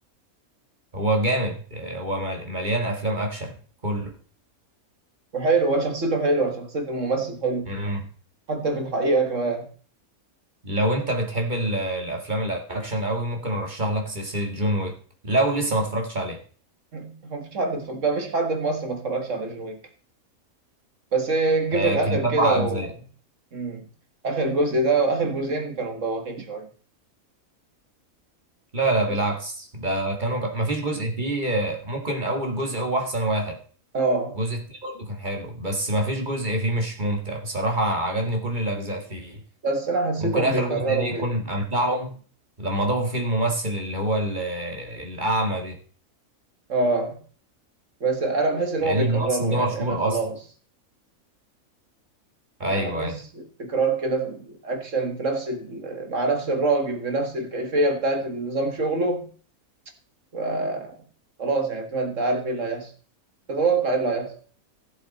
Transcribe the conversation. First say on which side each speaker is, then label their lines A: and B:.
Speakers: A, on the right; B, on the right.
A: هو جامد آه، هو مل- مليان افلام اكشن كله
B: وحلو وشخصيته حلوه شخصيه الممثل حلو
A: مم.
B: حتى في الحقيقه كمان
A: لو انت بتحب ال- الافلام الاكشن قوي ممكن ارشح لك سلسلة جون ويك لو لسه ما اتفرجتش عليه
B: <laughs> مفيش حد اتف- مفيش حد في مصر ما اتفرجش على جون ويك بس جه
A: آه،
B: في الاخر
A: كانت أربع
B: كده
A: أجزاء
B: و مم. اخر جزء ده واخر جزئين كانوا مبوخين شويه
A: لا لا بالعكس
B: بس-
A: ده كانوا ج- مفيش جزء فيه آه، ممكن أول جزء هو أحسن واحد
B: اه
A: الجزء التاني برضه كان حلو بس مفيش جزء فيه مش ممتع بصراحة عجبني كل الأجزاء فيه
B: بس انا حسيتهم
A: ممكن آخر
B: بيكرروا
A: جزء دي يكون
B: كده
A: أمتعهم لما ضافوا فيه الممثل اللي هو ال- الأعمى دي
B: اه بس انا بحس ان
A: لأن
B: هو بيكرره
A: الممثل ده
B: يعني
A: مشهور
B: انا خلاص
A: أصلا
B: يعني
A: أيوه
B: بحس
A: أيوه
B: التكرار كده في الاكشن في نفس ال... مع نفس الراجل بنفس الكيفيه بتاعت نظام شغله ف- خلاص يعني تبقى انت عارف ايه اللي هيحصل تتوقع ايه اللي هيحصل